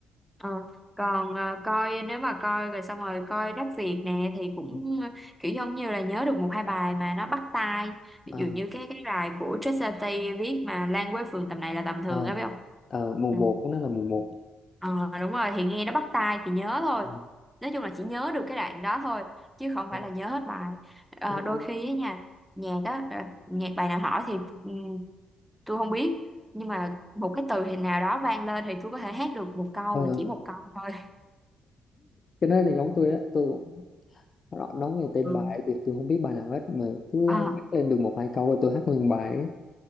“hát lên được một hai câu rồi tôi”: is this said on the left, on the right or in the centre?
Left